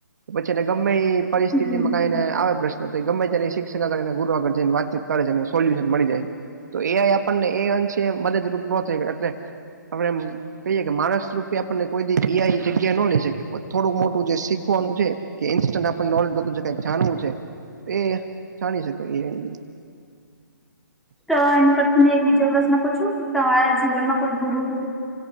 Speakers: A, on the right; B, in the centre.
A: પછી એને ગમે એ પરિસ્થિતિમાં
B: હમ
A: કઈને આવે, પ્રશ્ન તો ગમે તે શિક્ષક આગળ ગુરવા જેને વાતચીત કરે છે, એને સોલ્યુશન મળી જાય છે. તો એ આઈ આપણને એ અંશે મદદરૂપ ન થઈ, એટલે હવે એમ કહીએે કે માણસ રૂપે આપણને કોઈ દિ એ આઈ જગ્યા ન લઈ શકે, પણ થોડુંક મોટું જે શીખવાનું છે. કે ઇન્સ્ટન્ટ આપણ નોલેજ બધું જે કંઈ જાણવું છે, તો એ જાણી શકાય એ-એ.
B: તો એની પરથી મે એક બીજા પ્રશ્ન પુછું, તારા જીવનમાં કોઈ ગુરું